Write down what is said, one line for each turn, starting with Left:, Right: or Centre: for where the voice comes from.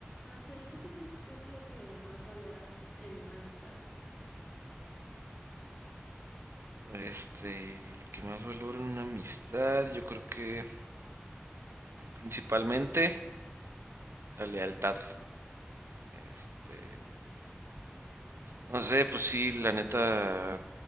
Left: Axel, ¿tú qué sientes que es lo que más valoras en una amistad?
Right: Este, lo que más valoro en una amistad, yo creo que principalmente la lealtad. Este, no sé, pues sí, la neta,